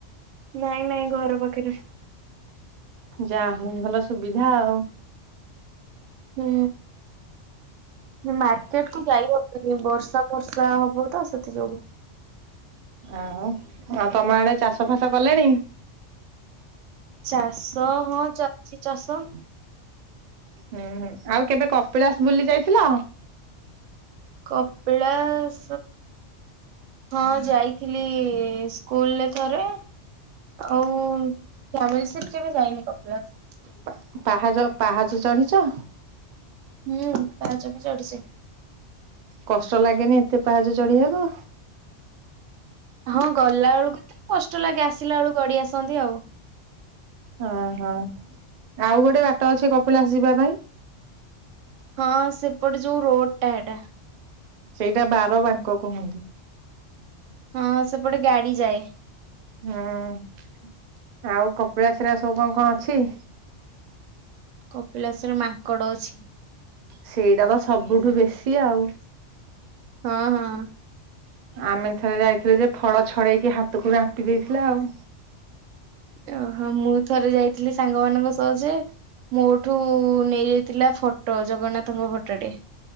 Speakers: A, on the right; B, on the right.
A: ନାଇଁ ନାଇଁ ଘର ପାଖରେ।
B: ଯାହା ହଉ ଭଲ ସୁବିଧା ଆଉ।
A: ହୁଁ। ମାର୍କେଟ କୁ ଯାଇ ହବନି ବର୍ଷା ଫର୍ଷା ହବ ତ ସେଥି ଯୋଗୁ।
B: ଆଉ ଆଉ ତମ ଆଡେ ଚାଷ ଫାସ କଲେଣି।
A: ଚାଷ ହଁ ଚାଲିଛି ଚାଷ।
B: ହୁଁ ହୁଁ ଆଉ କେବେ କପିଳାସ ବୁଲି ଯାଇଥିଲ।
A: କପଳାସ ହଁ ଯାଇଥିଲି ସ୍କୁଲରେ ଥରେ। ଆଉ ଫ୍ୟାମିଲିି ସିପ କେବେ ଯାଇନି କପିଳାସ।
B: ପା ପାହାଜ ପାହାଜ ଚଢିଚ।
A: ହୁଁ ପାହାଚ ବି ଚଢଚି।
B: କଷ୍ଟ ଲାଗେନି ଏତେ ପାହାଚ ଚଢିିବାକୁ।
A: ହଁ ଗଲା ବେଳକୁ ତ କଷ୍ଟ ଲାଗେ ଆସିଲା ବେଳକୁ ଗଡି ଆସନ୍ତି ଆଉ।
B: ଓହୋ ଆଉ ଗୋଟେ ବାଟ ଅଛି କପିଳାସ ଯିବା ପାଇଁ।
A: ହଁ ସେପଟେ ଯୋଉ ରୋଡ ଟା ହେଟା।
B: ସେଇଟା ବାର ବାଙ୍କ କୁହନ୍ତିୁ।
A: ହଁ ସେପଟେ ଗାଡି ଯାଏ।
B: ହୁଁ ଆଉ କପିଳାଶିରା ସବୁ କଣ କଣ ଅଛି।
A: କପିଳାସ ରେ ମାଙ୍କଡ଼ ଅଛି।
B: ସେଇଟା ବା ସବୁଠୁ ବେଶୀ ଆଉ।
A: ହଁ ହଁ।
B: ଆମେ ଥରେ ଯାଇଥିଲେୁ ଯେ ଫଳ ଛଡେଇକି ହାତକୁ ରାମ୍ପି ଦେଇଥିଲା ଆଉ।
A: ଓହୋ ମୁଁ ଥରେ ଯାଇଥିଲି ସାଙ୍ଗ ମାନଙ୍କ ସହ ଯେ ମୋଠୁ ନେଇଯାଇଥିଲା ଫଟୋ ଜଗନ୍ନାଥଙ୍କ ଫଟୋ ଟେ।